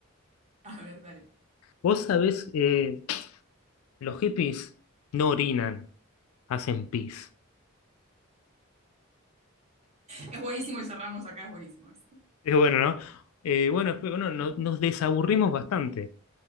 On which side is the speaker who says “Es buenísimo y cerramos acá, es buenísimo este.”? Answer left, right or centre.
Right